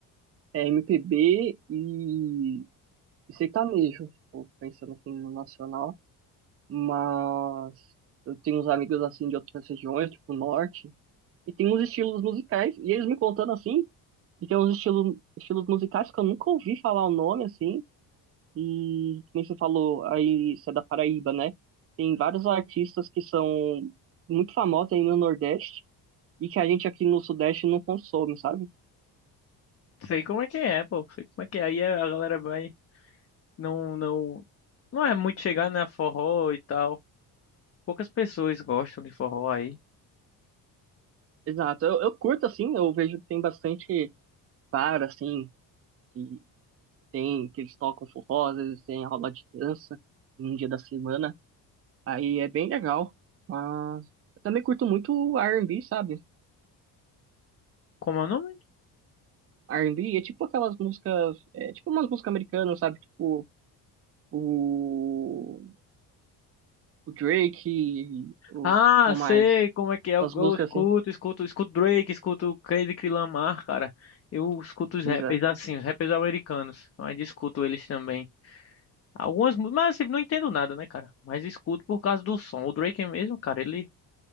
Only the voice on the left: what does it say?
Sei como é que é, pô. Sei como é que é. Aí a galera vai. Não, não. Não é muito chegar na forró e tal. Poucas pessoas gostam de forró aí.
Como é o nome?
Ah,
sei
como é que é. Eu,
eu
escuto,
escuto, escuto Drake, escuto Kendrick Lamar, cara. Eu escuto os rappers
assim, os rappers americanos. Mas escuto eles também. Algumas, mu- mas assim, não entendo nada, né, cara? Mas escuto por causa do som. O Drake mesmo, cara, ele.